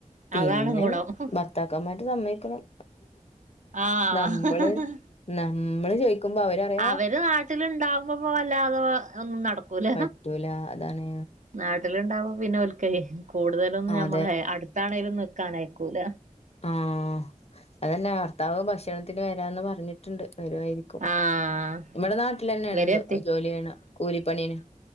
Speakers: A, on the left (about 50°); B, on the right (about 70°).
A: പിന്നെ
B: അതാണ് ഗുണം
A: ഭർത്താക്കന്മാര് സമ്മക്കണം
B: ആഹ്
A: നമ്മള് നമ്മള് ചോദിക്കുമ്പോ അവരറിയ
B: അവര് നാട്ടില്ണ്ടാവുമ്പോപ്പോ വല്ലാതെ ഒന്നും നടക്കൂല
A: പറ്റൂല അതാണ്
B: ന്നാട്ടിലുണ്ടാവുമ്പോ പിന്നെ ഉൽക്കെയ് കൂടുതലൊന്നും
A: ആ,
B: ഞമ്മളെ
A: അതെ
B: അടുത്താണെലും ന്നിക്കനയക്കൂല.
A: ആഹ് അതന്നെ ഭർത്താവ് ഭക്ഷണത്തിന് വരാന്ന് പറഞ്ഞിട്ടുണ്ട് വരുവായിരിക്
B: ആഹ്
A: ഇവുടെ ന്നാട്ടിലെന്നെണ്ത്
B: ഇവരെത്തി
A: ജോലിയ്യ്ണ് കൂലിപ്പണീനെ